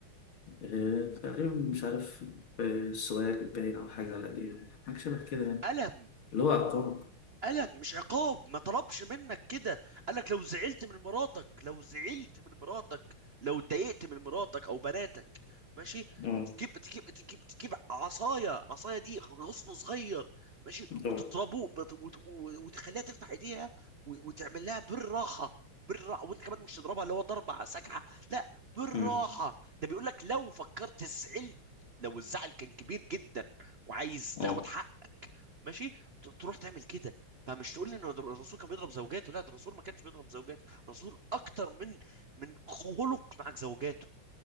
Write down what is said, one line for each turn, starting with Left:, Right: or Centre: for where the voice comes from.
Left: آه، تقريبا مش عارف آه، سواك باين أو حاجة على قديم حاجة شبه كده يعني
Right: قلم
Left: اللي هو عقاب
Right: ألم مش عقاب ما طلبش منك كده قالك لو زعلت من مراتك لو زعلت من مراتك لو اتضايقت من مراتك أو بناتك ماشي
Left: اه
Right: تجيب تجيب تجيب تجيب عصاية عصاية دي غصن صغير ماشي وتضربوه
Left: اه
Right: بت- وت- و- وتخليها تفتح ايديها و- وتعمل لها بالراحة بالراحة وانت كمان مش تضربها اللي هو ضربة على سكعة لا بالراحة
Left: مم.
Right: ده بيقول لك لو فكرت زعلت لو الزعل كان كبير جدا وعايز تاخد
Left: اه
Right: حقك ماشي ت- تروح تعمل كده فمش تقول لي ان در- الرسول كان بيضرب زوجاته لا ده الرسول ما كانش بيضرب زوجاته الرسول اكتر من من خلق مع زوجاته